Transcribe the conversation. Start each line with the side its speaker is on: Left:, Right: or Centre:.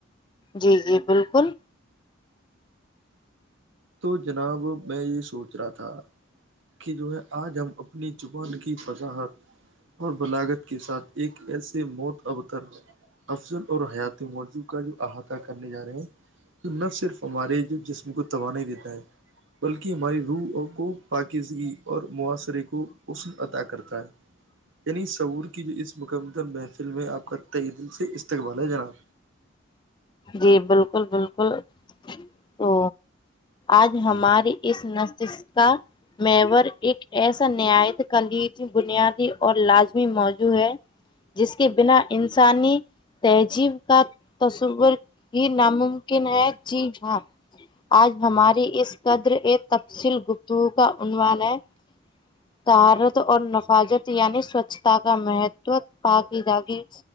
Left: جی جی بالکل
Right: تو جناب میں یہ سوچ رہا تھا کہ جو ہے آج ہم اپنی زبان کی وضاحت اور بلاغت کے ساتھ ایک ایسے موت ابتر افضل اور حیاتی موضوع کا جو احاطہ کرنے جا رہے ہیں تو نا صرف ہمارے جو جسم کو توانائی دیتا ہے بلکہ ہماری روح اور کو پاکیزگی اور معاصرے کو حسن عطا کرتا ہے یعنی شعور کی جو اس مکمدم محفل میں آپ کا تہ دل سے استقبال ہے جناب
Left: جی بالکل بالکل تو آج ہماری اس نشست کا محور ایک ایسا نہایت خلیجی بنیادی اور لازمی موجوع ہے جس کے بنا انسانی تہجیب کا تصور یہ ناممکن ہے جی ہاں آج ہماری اس قدر ایک تفصیل گفتگو کا عنوان ہے <inaudible> تہارت اور نفاظت یعنی سوچھتا کا مہتو پاکیزاگی